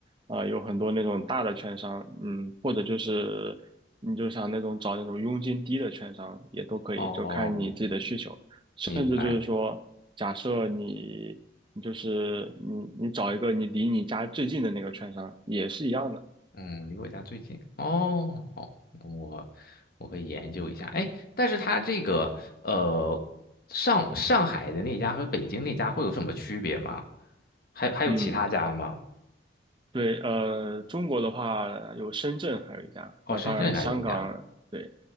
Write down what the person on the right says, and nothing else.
啊、有很多那种大的券商，嗯，或者就是你就想那种找那种佣金低的券商也都可以，
就看你自己的需求。甚至就是说，
假设你你就是你你找一个你离你家最近的那个券商也是一样的，
嗯，对，呃，中国的话有深圳，还有一家。
那当然，
香港，对，